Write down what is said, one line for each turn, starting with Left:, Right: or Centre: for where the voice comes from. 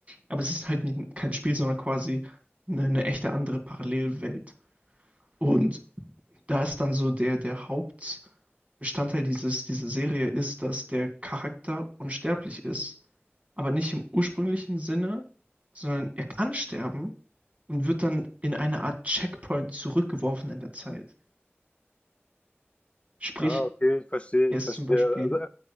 Right: Aber es ist halt nie, kein Spiel, sondern quasi eine, eine echte andere Parallelwelt. Und da ist dann so der, der Haupt. Bestandteil dieses, dieser Serie ist, dass der Charakter unsterblich ist, aber nicht im ursprünglichen Sinne, sondern er kann sterben und wird dann in eine Art Checkpoint zurückgeworfen in der Zeit. Sprich,
Left: Ah, okay, ich verstehe,
Right: er
Left: ich
Right: ist
Left: verstehe.
Right: zum Beispiel.
Left: Also,